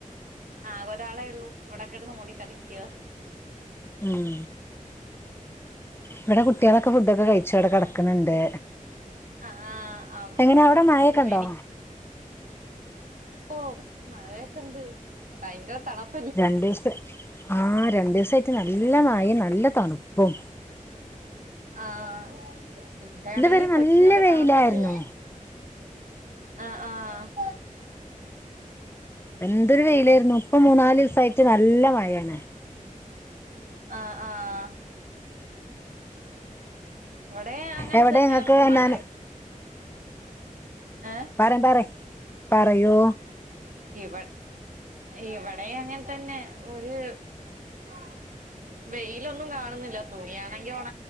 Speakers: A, on the right; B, on the left.
A: ആകെ ഒരാളെ ഉള്ളൂ ഇവടെ കിടന്ന് ഒടി കളിക്കുവാ
B: ഊം ഇവിടെ കുട്ട്യാളൊക്കെ ഫുഡൊക്കെ കഴിച്ചു അവിടെ കെടക്കണുണ്ട്
A: ആഹ് ആഹ് ആഹ്
B: എങ്ങനെ അവടെ മഴ ഒക്കെണ്ടോ?
A: ഇവ- ഓഹ് മഴയൊക്കെ ഉണ്ട് ഭയങ്കര തണുപ്പ
B: രണ്ടീസ്ത്തെ ആ രണ്ടീസം ആയിട്ട് നല്ല
A: ഉം
B: മഴേം നല്ല തണുപ്പും
A: ആഹ് ഇവിടെയാണെങ്കിൽ
B: ഇതുവരെ നല്ല
A: കൊച്ചിനൊക്കെ
B: വെയിലായിരുന്നു
A: തണുത്തിട്ട് ആ ആഹ്
B: എന്തൊരു വെയിലായിരുന്നു ഇപ്പം മൂന്ന് നാല് ദിവസായിട്ട് നല്ല മഴയാണ്
A: ആ ആഹ് ഇവടെ അങ്ങനെ
B: എവിടെ
A: തന്നെ
B: നിങ്ങക്ക്
A: മഴ ഏഹ്
B: പറിം പറിം പറയൂ
A: ഇവ ഇവിടെ അങ്ങനെ തന്നെ ഒരു <unintelligible> വെയിലൊന്നും കാണുന്നില്ല തുണിയാണെങ്കി ഒണ